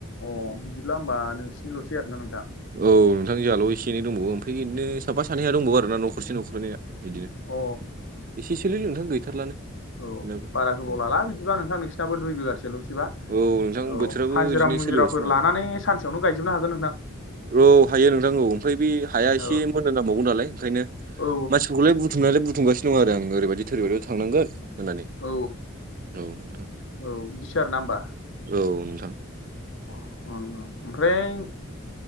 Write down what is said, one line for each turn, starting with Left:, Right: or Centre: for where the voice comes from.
Left: अ बिदिब्ला होमबा नोंसिनिल'सै आरोना नोंथां।
Right: औ नोंथां जोंहल' एसेनै दंबावो ओमफ्राय बिदिनो साफा सानै दंबावो आरोना न'खरसे न'खरनैया। बिदिनो
Left: अ
Right: एसेक एसे ललै नोंथां गैथारलानो।
Left: औ
Right: बेनाबो
Left: बारा गोबाव
Right: औ
Left: लाला बिदिबा नोंथां नोंसिनाबो दुइ बिगासोल' बा
Right: औ नोंथां
Left: औ
Right: बोथोराबो
Left: हाजिरा
Right: बिदिनो
Left: मुजिराफोर
Right: सोलिगासिनो नालाय
Left: लानानै सानसेयावनो गायजोबनो हागोन नोंथां
Right: औ हायो नोंथां औ ओमफ्राय बे हाया एसे
Left: औ
Right: मोनोां जांबावगोन नालाय ओंखायनो
Left: औ
Right: मानसिफोरखौलाय बुथुमनायालाय बुथुमगासिनो दं आरो आं ओरैबायदि थोरैबायदि थांनांगोन होननानै
Left: औ
Right: औ नोंथां
Left: औ बिदिसो आरोना होमबा
Right: औ-औ नोंथां
Left: औ ओमफ्राय